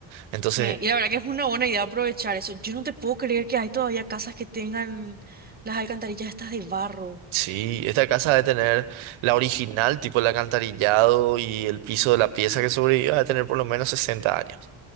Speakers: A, on the right; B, on the right.
A: Entonces
B: Eh, y la verdad que es una buena idea aprovechar eso. Yo no te puedo creer que hay todavía casas que tengan las alcantarillas estas de barro.
A: Sí, esta casa debe tener la original, tipo el alcantarillado y el piso de la pieza que sobrevivió, debe tener por lo menos 60 años.